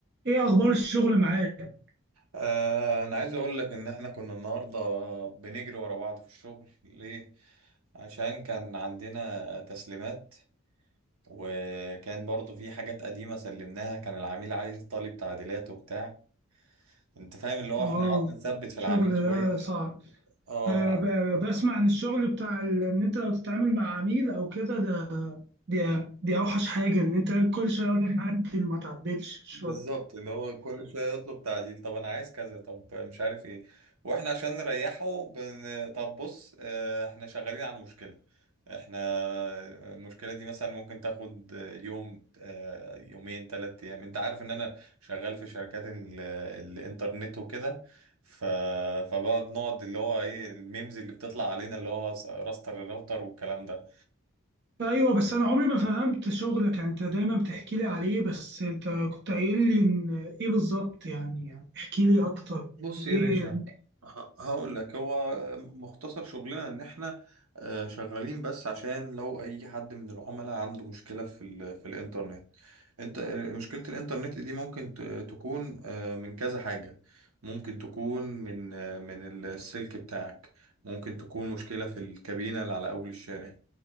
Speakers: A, on the right; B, on the right.
A: ايه اخبار الشغل معاك
B: آه، انا عايز اقول لك ان احنا كنا النهارده بنجري ورا بعض في الشغل ليه عشان كان عندنا تسليمات وكان برضو في حاجات قديمة سلمناها كان العميل عايز طالب تعديلات وبتاع انت فاهم اللي هو
A: اه
B: احنا قعدنا نثبت في
A: الشغل
B: العميل شوية
A: ده صعب
B: اه
A: أنا ب- ب- بسمع عن الشغل بتاع ال- ان انت لو تتعامل مع عميل او كده ده دي دي اوحش حاجه ان انت كل شويه يقول لك عدل ما تعدلش شغل
B: بالظبط اللي هو كل شويه يطلب تعديل طب انا عايز كذا طب مش عارف ايه واحنا عشان نريحه بن... طب بص آه، احنا شغالين على المشكله احنا المشكله دي مثلا ممكن تاخد يوم آه، يومين ثلاث ايام انت عارف ان انا شغال في شركات ال... الانترنت وكده ف... فبقى بنقعد اللي هو ايه الميمز اللي بتطلع علينا اللي هو راستر الراوتر والكلام ده
A: ايوه بس انا عمري ما فهمت شغلك يعني انت دايما بتحكي لي عليه بس انت كنت قايل لي ان ايه بالظبط يعني يعني احكي لي اكتر
B: بص
A: يعني
B: يا
A: ايه
B: باشا ه- هقول لك هو مختصر شغلنا ان احنا آه، شغالين بس عشان لو اي حد من العملاء عنده مشكلة في ال في الانترنت انت آه، مشكلة الانترنت دي ممكن ت- تكون آه، من كذا حاجة ممكن تكون من آه، من السلك بتاعك ممكن تكون مشكلة في الكابينة اللي على اول الشارع